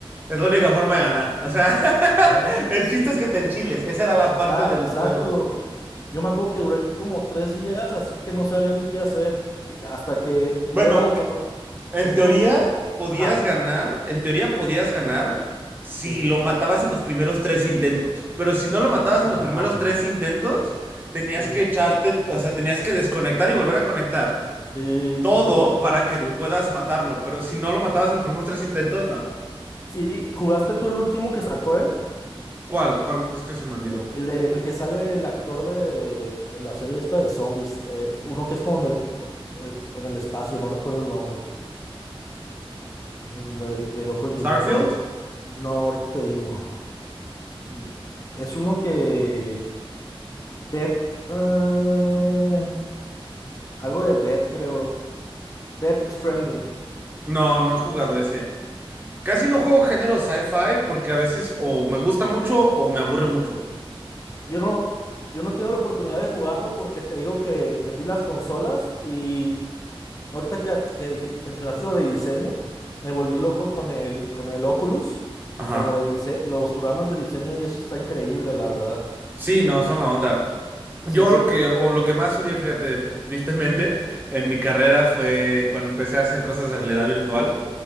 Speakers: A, on the right (about 20°); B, on the left (about 35°).
A: es la única forma de ganar. O sea, <laughs>
B: Ajá,
A: el
B: sí.
A: chiste es que te enchiles. Esa era la
B: Esa-
A: parte del
B: Exacto.
A: juego.
B: Yo me acuerdo que duré como tres días, así que no sabía ni qué hacer. Y hasta que,
A: Bueno,
B: y luego como,
A: en
B: es que
A: teoría
B: no, s-
A: podías
B: ajá,
A: ganar, en teoría podías ganar si
B: sí,
A: lo matabas en los primeros tres intentos. Pero si no lo matabas
B: Ah,
A: en los
B: no.
A: primeros tres intentos, tenías
B: sí.
A: que echarte, o sea, tenías que desconectar y volver a conectar
B: Sí,
A: todo
B: tenés-
A: para que
B: sí.
A: puedas matarlo. Pero si no lo matabas en los primeros tres intentos, no.
B: Sí, ¿jugaste tú el último que sacó él?
A: ¿Cuál? ¿Cuál? Es que se me olvidó.
B: Eh, El de- en el que sale el actor de, de la serie esta de zombies, eh, uno que es como en el, eh, en el espacio, no recuerdo el nombre, mm, de, de Hideo Kojima,
A: Starfield?
B: o- no, ahorita te digo. Y es uno que, Dead, eh, algo de Dead creo, Dead Stranding.
A: No, no he jugado ese. Casi no juego género sci-fi porque a veces o me gusta mucho o me aburre mucho.
B: Yo no, yo no tengo la oportunidad de jugarlo porque te digo que vendí las consolas y Ahorita que, que dijiste, mencionaste lo de diseño, me volví loco con el, con el Oculus,
A: Ajá.
B: con lo de dise- los programas de diseño y eso está increíble, la verdad.
A: Sí, no, son la onda. Yo
B: Sí, sí.
A: lo que, o lo que más odié, fíjate, <laughs> tristemente, en mi carrera fue cuando empecé a hacer cosas de realidad virtual.